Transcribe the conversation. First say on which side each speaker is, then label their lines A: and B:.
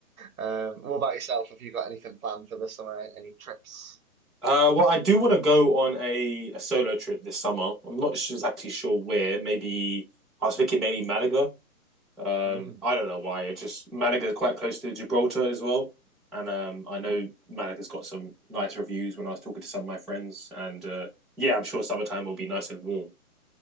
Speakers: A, on the right; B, in the centre.
A: Um, what about yourself? Have you got anything planned for the summer? Any trips?
B: Uh, well, I do want to go on a, a solo trip this summer. I'm not su- exactly sure where. Maybe I was thinking maybe Malaga Um,
A: Mm,
B: I don't know why. It just Malaga is quite close to Gibraltar as well, and um, I know Malaga's got some nice reviews when I was talking to some of my friends. And uh, yeah, I'm sure summertime will be nice and warm.